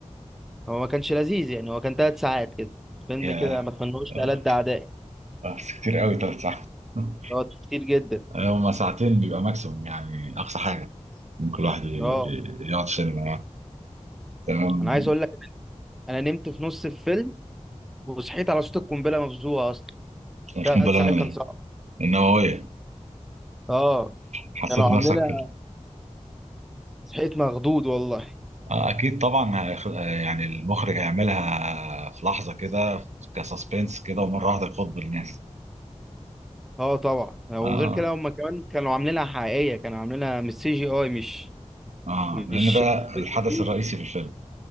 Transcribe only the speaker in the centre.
هو ما كانش لذيذ يعني هو كان ثلاث ساعات كده فيلم
كده ما تمنوش
لألد أعدائي
اه كتير جدا
اه
انا عايز اقول لك انا نمت في نص الفيلم وصحيت على صوت القنبله مفزوعه اصلا
ثلاث
ساعات كان صعب
اه
كانوا
عاملينها
صحيت مخضوض والله
اه طبعا وغير
كده هم كمان كانوا عاملينها حقيقيه كانوا عاملينها مش سي جي اي مش
مش
بالكمبيوتر